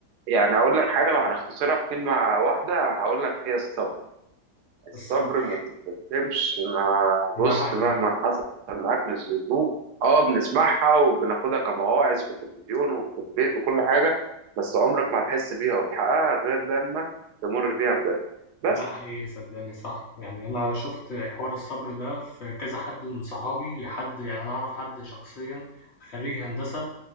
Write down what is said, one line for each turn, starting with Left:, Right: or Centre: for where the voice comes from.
Right: يعني أقول لك حاجة لو هنختصرها في كلمة واحدة هقول لك هي الصبر الصبر
Left: الصبر،
Right: ما تستسلمش ما بص
Left: ده حقيقي.
Right: مهما حصل معاك من الظروف اه بنسمعها وبناخدها كمواعظ في التلفزيون وفي البيت وكل حاجة بس عمرك ما هتحس بيها وتحققها غير لما تمر بيها بجد بس
Left: ده حقيقي صدقني صح يعني انا شفت حوار الصبر ده في كذا حد من صحابي حد يعني انا اعرف حد شخصيا خريج هندسة